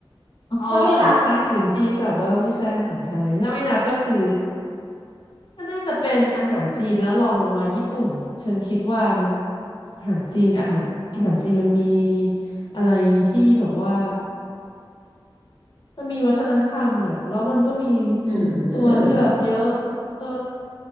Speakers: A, on the left; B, on the right.
A: เอาอาหารชาติอื่นที่แบบว่าไม่ใช่อาหารไทยถ้าไม่นับก็คือ
B: ถ้าไม่นับ
A: ก็น่าจะเป็นอาหารจีนแล้วลองลงมาญี่ปุ่นฉันคิดว่ามันอาหารจีนกับอาหารอาหารจีนมันมีอะไรที่แบบว่า มันมีวัฒนธรรมอ่ะแล้วมันก็มี
B: หืม
A: ตัวเลือกเยอะเออ